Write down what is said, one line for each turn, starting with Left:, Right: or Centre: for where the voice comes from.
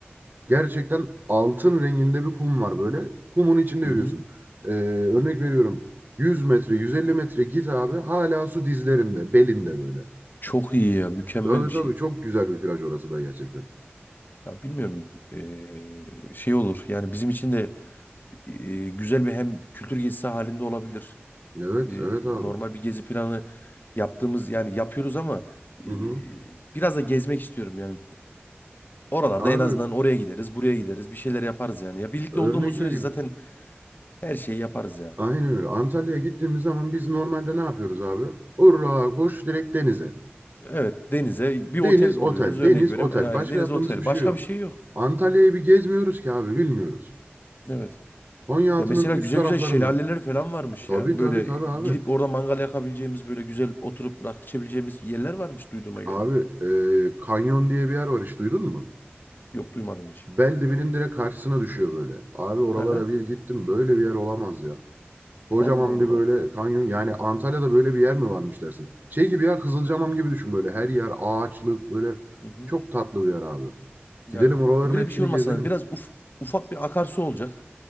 Right: gerçekten altın renginde bir kum var böyle. Kumun içinde
Left: Hı
Right: yürüyorsun.
Left: hı.
Right: E, örnek veriyorum 100 metre 150 metre git abi hala su dizlerinde belinde böyle.
Left: Çok iyi ya. Mükemmel
Right: Tabii
Left: bir şey.
Right: tabii çok güzel bir plaj orası da gerçekten.
Left: Ya bilmiyorum. Ee, şey olur. Yani bizim için de ee, güzel bir hem kültür gezisi halinde olabilir.
Right: Evet
Left: e,
Right: evet abi.
Left: normal bir gezi planı yaptığımız yani yapıyoruz ama e,
Right: Hı hı.
Left: biraz da gezmek istiyorum yani. Oralarda
Right: Abi
Left: en azından oraya gideriz, buraya gideriz, bir şeyler yaparız yani. Ya birlikte
Right: örnek
Left: olduğumuz sürece
Right: vereyim.
Left: zaten her şeyi yaparız ya.
Right: Aynen öyle. Antalya'ya gittiğimiz zaman biz normalde ne yapıyoruz abi? Hurra koş direkt denize.
Left: Evet, denize
Right: Deniz,
Left: bir otel
Right: otel,
Left: buluyoruz örnek
Right: deniz,
Left: veriyorum.
Right: otel.
Left: Yani
Right: Başka
Left: deniz
Right: yaptığımız
Left: otel,
Right: hiçbir
Left: başka
Right: şey yok.
Left: bir şey yok.
Right: Antalya'yı bir gezmiyoruz ki abi bilmiyoruz.
Left: Evet.
Right: Konyaaltı'nın
Left: Ya mesela
Right: üst
Left: güzel
Right: taraflarında.
Left: güzel şelaleler falan varmış
Right: Tabii
Left: ya.
Right: tabii
Left: Böyle
Right: tabii abi.
Left: gidip orada mangal yakabileceğimiz böyle güzel oturup rakı içebileceğimiz yerler varmış duyduğuma göre.
Right: Abi e, Kanyon diye bir yer var hiç duydun mu?
Left: Yok duymadım hiç.
Right: Beldibinin direkt karşısına düşüyor böyle. Abi oralara
Left: Hı hı.
Right: bir gittim böyle bir yer olamaz ya. Kocaman
Left: Allah Allah.
Right: bir böyle kanyon yani Antalya'da böyle bir yer mi varmış dersin. Şey gibi ya Kızılcamam gibi düşün böyle her yer ağaçlık böyle
Left: Hı hı.
Right: çok tatlı bir yer abi.
Left: Ya
Right: Gidelim oraların
Left: öyle
Right: hepsini
Left: bir şey olmasa
Right: gezelim.
Left: biraz uf, ufak bir akarsu olacak.